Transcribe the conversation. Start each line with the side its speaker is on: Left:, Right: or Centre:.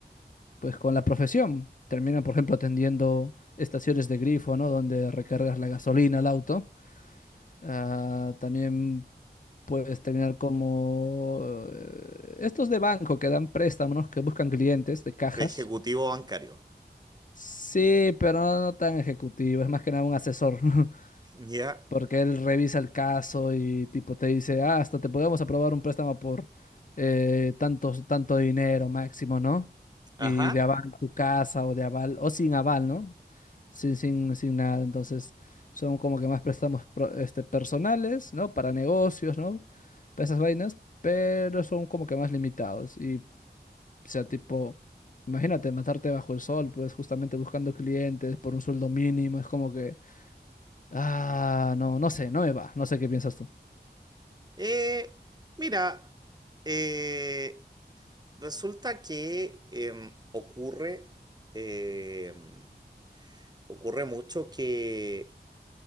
Left: pues, con la profesión. Terminan, por ejemplo, atendiendo estaciones de grifo, ¿no? Donde recargas la gasolina al auto. Ah, también puedes terminar como eh, estos de banco que dan préstamos, que buscan clientes de cajas.
Right: Ejecutivo bancario.
Left: Sí, pero no, no tan ejecutivo, es más que nada un asesor. <laughs>
Right: Ya.
Left: porque él revisa el caso y tipo te dice, ah, hasta te podemos aprobar un préstamo por eh, tantos- tanto dinero máximo, ¿no?
Right: Ajá.
Left: Y de aval tu casa o de aval, o sin aval, ¿no? Sin, sin, sin nada. Entonces, son como que más préstamos pro- este, personales, ¿no? Para negocios, ¿no? Para esas vainas, pero son como que más limitados. Y, o sea, tipo, imagínate matarte bajo el sol, pues justamente buscando clientes por un sueldo mínimo, es como que... Ah, no, no sé, no me va. No sé qué piensas tú.
Right: Eh, mira. Eh, Resulta que em, ocurre, em, ocurre mucho que,